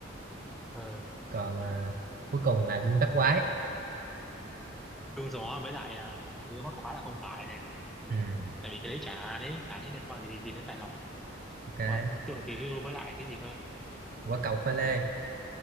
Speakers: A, in the centre; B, on the right.
A: ừ
B: còn à, cuối cùng là gương bát quái
A: trúng gió với lại uh, gương mắt khóa là không phải nè
B: ừ
A: tại vì cái đấy chả đấy chả thấy liên quan gì gì đến tài lộc
B: ok
A: còn tượng tỷ hưu với lại cái gì cơ
B: quả cầu pha lê